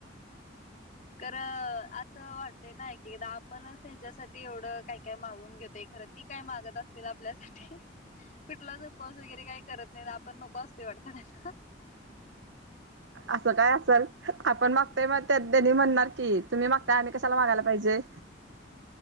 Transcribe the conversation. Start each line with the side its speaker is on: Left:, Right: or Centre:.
Left: करं असं वाटतय ना एकएकदा आपणच त्यांच्यासाठी एवढं काय काय मागून घेतोय खरं ती काय मागत असतील आपल्यासाठी कुठलाच उपवास वगैरे काही करत नाहीत, आपण नको असते वाडत ते
Right: असं काय असल, आपण मागतोय मग त्या त्येनी म्हणणार की तुम्ही मागताय आम्ही कशाला मागायला पाहिजे